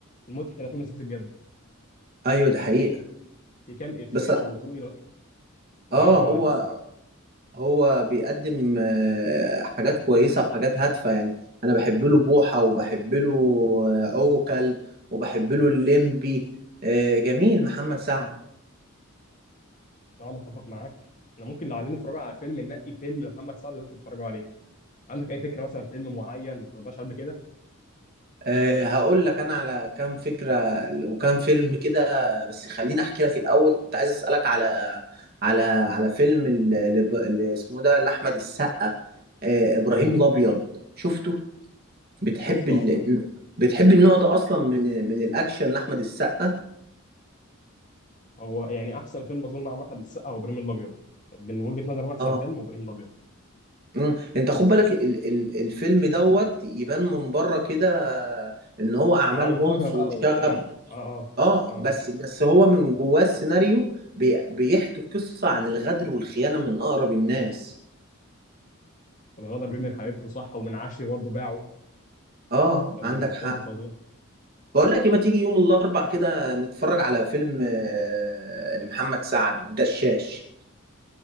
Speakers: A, on the left; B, on the right.
A: المضحك ان ده فيلم سياسي بجد
B: ايوه دي حقيقة
A: في كام افيه
B: بس
A: موتوني لغ- لغايه
B: اه
A: دلوقتي
B: هو
A: الصراحه
B: هو بيقدم آه، حاجات كويسة وحاجات هادفة يعني انا بحب له بوحة وبحب له آه، عوكل وبحب له الليمبي آه، جميل محمد سعد
A: بصراحه متفق معاك احنا ممكن لو عايزين نتفرج على فيلم ننقي فيلم محمد سعد ده تتفرجوا عليه عندك اي فكره مثلا فيلم معين ما اتفرجناش قبل كده
B: أه هقول لك انا على كام فكره وكام فيلم كده بس خليني احكي لك الاول كنت عايز اسالك على على على فيلم ال- ال- اللي اسمه ده لاحمد السقا أه ابراهيم
A: مم.
B: الابيض شفته بتحب
A: شفته
B: ال...
A: اه
B: بتحب النوع ده اصلا من من الاكشن لاحمد السقا
A: هو يعني احسن فيلم اظن عمرو احمد السقا هو ابراهيم الابيض من وجهه نظري احسن
B: اه
A: فيلم هو ابراهيم الابيض
B: مم. انت خد بالك ال... ال... الفيلم دوت يبان من بره كده ان هو اعمال
A: عربجه
B: عنف
A: بقى
B: وشغب
A: وبتاع اه اه
B: اه
A: اه
B: بس بس هو من جواه السيناريو بي بيحكي قصة عن الغدر والخيانة من أقرب الناس
A: الغدر بيه من حبيبته صح ومن عشري برضه باعه
B: اه
A: كان
B: عندك
A: فيلم
B: حق
A: فظيع
B: بقول لك إيه، ما تيجي يوم الأربع كده نتفرج على فيلم آه، لمحمد سعد الدشاش